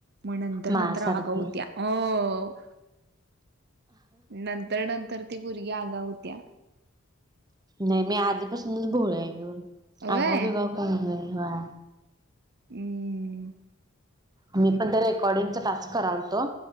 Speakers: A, on the right; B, on the right.
A: मग नंतर
B: मासारखी
A: नंतर आगाव होत्या. अ नंत त्या नंतर ती पोरगी आगाव होत्या.
B: नाही मी आधीपासूनच भोळी आहे गं,
A: व्हय
B: आगाव बिगाव कोण नाही व्हय.
A: हम्म.
B: मी पण ते रेकॉर्डिंगच टास्क कराल तो.